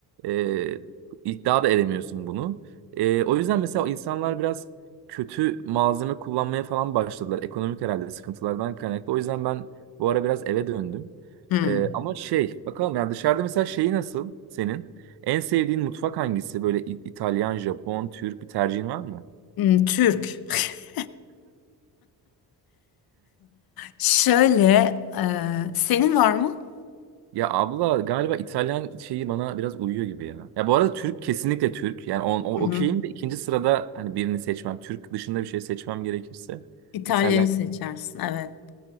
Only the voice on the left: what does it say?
Hmm.
Hmm, Türk. <laughs> Şöyle, e, senin var mı?
Hı hı.
İtalya'yı
seçersin. Evet.